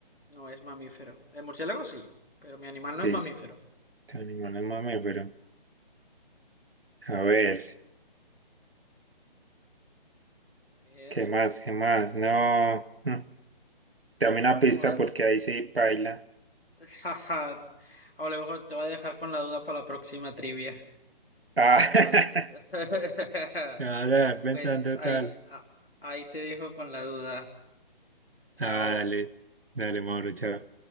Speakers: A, on the left (about 80°); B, on the right (about 80°).
A: no es mamífero. El murciélago sí, pero mi animal
B: sí,
A: no es mamífero.
B: sí. Tu animal es mamífero. A ver,
A: A ver,
B: ¿qué más? ¿Qué más? No. mm, Dame una pista
A: te voy a-
B: porque ahí sí paila.
A: <laughs> jaja, a lo mejor te voy a dejar con la duda para la próxima trivia.
B: Ah,
A: Vale. <laughs>
B: <laughs> me pensando
A: Pues ahí,
B: tal.
A: a- ahí te dejo con la duda. Chao.
B: Ah, dale, dale, Mauro, chao.